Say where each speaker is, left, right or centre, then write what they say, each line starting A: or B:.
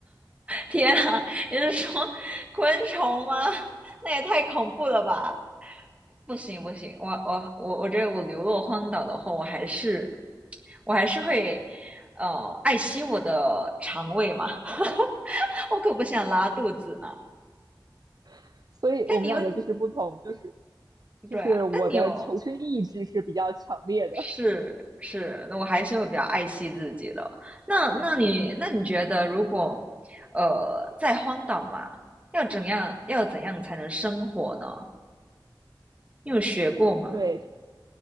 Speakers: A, on the right; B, on the right.
A: 天啊，你是说 <laughs> 昆虫吗？那也太恐怖了吧！不行不行，我我我我觉得我流落荒岛的话，我还是我还是会呃爱惜我的肠胃嘛，<laughs> 我可不想拉肚子呢。
B: <laughs> 所以我们两个就是不同，
A: 但你又
B: 就是就是我的求生意志是比较强烈的，
A: 对啊，但你又是是，那我还是会比较爱惜自己的。那那你那你觉得，
B: <laughs> 嗯。
A: 如果呃在荒岛嘛，要怎样要怎样才能生活呢？
B: 嗯，
A: 你有学过吗？
B: 对。